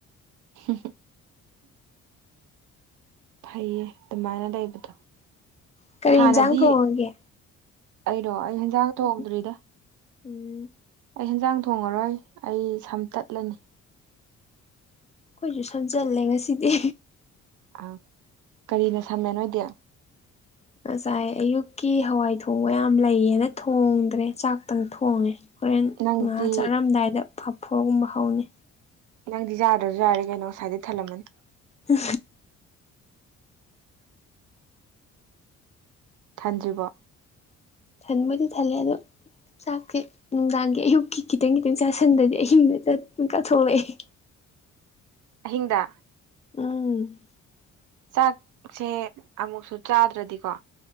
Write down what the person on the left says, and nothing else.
ꯀꯔꯤ
ꯌꯦꯟꯁꯥꯡ ꯊꯣꯡꯉꯒꯦ
ꯎꯝ ꯎꯝ
ꯑꯩꯈꯣꯏꯁꯨ ꯁꯝꯖꯜꯂꯦ ꯉꯁꯤꯗꯤ
ꯉꯁꯥꯏ ꯑꯌꯨꯛꯀꯤ ꯍꯋꯥꯏ ꯊꯣꯡꯕ ꯌꯥꯝ ꯂꯩꯌꯦꯅ ꯊꯣꯡꯗ꯭ꯔꯦ ꯆꯥꯛꯇꯪ ꯊꯣꯡꯉꯦ ꯍꯣꯔꯦꯟ
ꯉꯥ ꯆꯥꯔꯝꯗꯥꯏꯗ ꯐꯐꯣꯔꯒꯨꯝꯕ ꯍꯧꯅꯤ
ꯎ
ꯊꯟꯕꯨꯗꯤ ꯊꯜꯂꯦ ꯑꯗꯣ ꯆꯥꯛꯁꯦ ꯅꯨꯡꯗꯥꯡꯒꯤ ꯑꯌꯨꯛꯀꯤ ꯈꯤꯇꯪ ꯈꯤꯇꯪ ꯆꯥꯁꯤꯟꯗꯗꯤ ꯑꯍꯤꯡꯗ ꯃꯤꯀꯥꯞ ꯊꯣꯛꯂꯛꯏ
ꯎꯝ